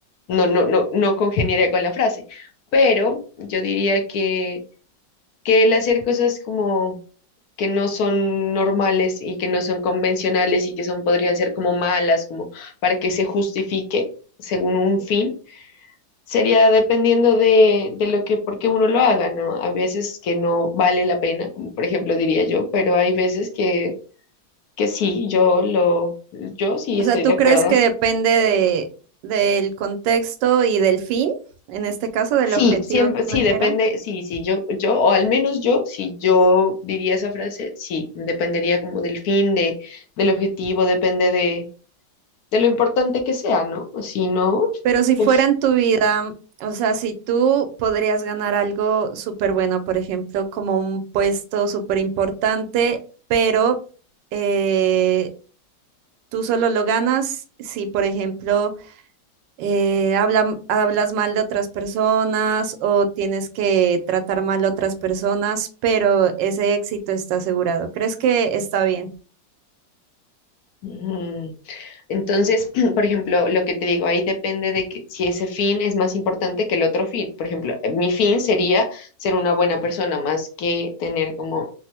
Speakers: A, on the left; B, on the right.
A: no, no, no, no congeniaría con la frase, pero yo diría que, que el hacer cosas como que no son normales y que no son convencionales y que son, podrían ser como malas, como para que se justifique según un fin, sería dependiendo de, de lo que, por qué uno lo haga, ¿no? A veces que no vale la pena, como por ejemplo diría yo, pero hay veces que, que sí, yo lo, yo sí
B: O
A: estoy
B: sea, ¿tú
A: de acuerdo.
B: crees que depende de, del contexto y del fin, en este caso, del
A: Sí,
B: objetivo
A: siempre,
B: que
A: sí,
B: uno quiera?
A: depende, sí, sí, yo, yo, o al menos yo, si yo diría esa frase, sí, dependería como del fin, de, del objetivo, depende de, de lo importante que sea, ¿no? Si no,
B: Pero si
A: pues,
B: fuera en tu vida, o sea, si tú podrías ganar algo súper bueno, por ejemplo, como un puesto súper importante, pero eh, tú solo lo ganas si, por ejemplo, eh, habla- hablas mal de otras personas o tienes que tratar mal a otras personas, pero ese éxito está asegurado. ¿Crees que está bien?
A: mm. Entonces, <clears throat> por ejemplo, lo que te digo, ahí depende de que si ese fin es más importante que el otro fin. Por ejemplo, mi fin sería ser una buena persona más que tener como